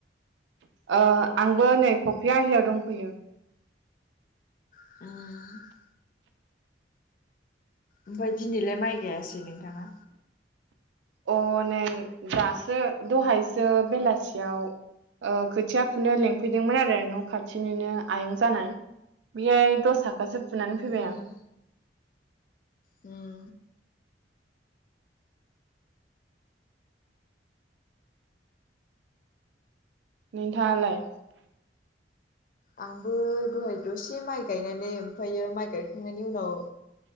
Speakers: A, on the right; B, on the left.
A: ओ आंबो नै फख्रि आलियाव दंफैयो।
B: अ' ओमफाय दिनैलाय माइ गायासै नोंथाङा?
A: अ' नै दासो दहायसो बेलासियाव ओ खोथिया फुनो लिंफैदोंमोन आरो न'खाथिनिनो आयं जानाय। बेहाय दस आखासो फुनानै फैबाय
B: उम
A: आं।
B: उम
A: नोंथाङालाय?
B: आंबो दहाय दसे माइ गायनानै ओमफायो माइ गायखांनायनि उनाव